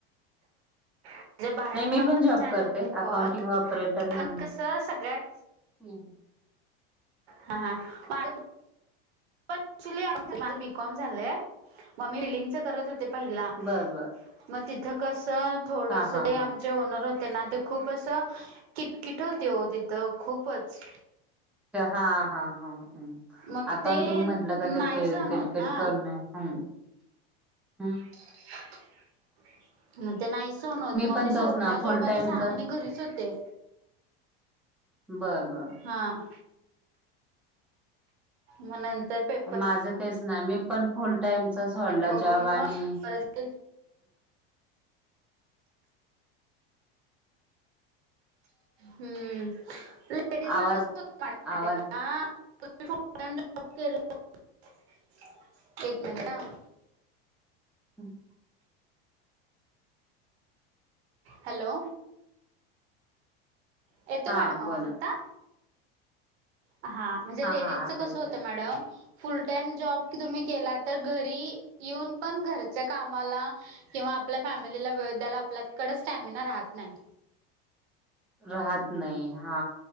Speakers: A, on the right (about 85°); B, in the centre.
A: म्हणजे बाहेर
B: नाही मी
A: मला
B: पण
A: तसे
B: जॉब
A: आले
B: करते
A: होते
B: अकाउंटिंग
A: कॉल
B: ऑपरेटर
A: पण
B: म्हणून
A: कसं सगळ्यात
B: हम्
A: हा, हा <unintelligible> अकच्युली माझं बीकॉम झालंय मग मी बलिंगच करत होते पहिला
B: बर बर
A: मग तिथं कसं थोडस
B: हा हा
A: ते
B: हा
A: आम चे ओनर होते ना ते खूप असं, किटकिट होते वो तिथं खूपच
B: हा हा ह ह
A: मग
B: अकाउंटिंग
A: ते नाही
B: म्हंटलं का ते किटकिट
A: सहन होत ना
B: करल हम ह
A: <unintelligible> मग ते नाही सहण होत मग
B: पण
A: मी
B: तोच
A: सोडला
B: ना फुल
A: जॉब आणि
B: टाइमच
A: सहा महिने घरीच होते.
B: बर बर
A: हां मग नंतर पेप
B: माझं तेच ना मी पण फुल टाईमचच सोडला
A: बघून
B: जॉब
A: मग
B: आणि
A: परत हम्म लेडीज
B: आवाज
A: ना कस <unintelligible>
B: आवाज
A: का, <unintelligible> एक मिनिट ह.
B: हम्
A: हॅलो, येतो
B: हा
A: मॅडम आवाज
B: बोला
A: आता? हा म्हणजे लेडीजचं
B: हा आता
A: कसं
B: येतोय.
A: होतं मॅडम फुल टाइम जॉब तुम्ही केला तर घरी येऊन पण घरच्या कामाला किंवा आपल्या फॅमिलीला वेळ द्याला आपल्याकडे स्टॅमिना राहत नाही.
B: राहत नाही हा